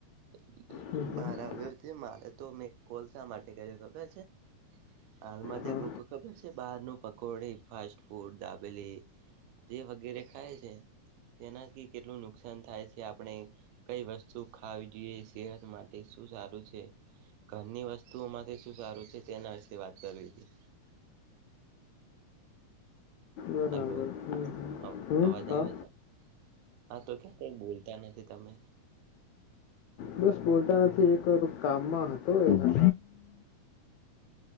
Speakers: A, on the right; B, on the left.
A: એટલે
B: હમ હમ
A: બાર આવ છે મારે તો મેં કોલ શા માટે કર ખબર છે? આલમાં જે
B: હા
A: લોકો ખબર છે બહાર ન પકોડે ફાસ્ટ ફૂડ દાબેલી, જે વગેરે ખાય છે. તેનાથી કેટલું નુકસાન થાય છે આપણે કઈ વસ્તુ ખાવી જોઈએ સેહત માટે શું સારું છે. ઘરની વસ્તુઓમાંથી શું સારું છે તેના વિશે વાત કરવી હતી.
B: બરાબર
A: હલો
B: હમ હમ
A: અ
B: હમ
A: અવાજ
B: હા
A: આવે છે. હા તો ક્યામ કઈ બોલતા નથી તમે.
B: બસ બોલતા નથી એક કામમાં હતો એના.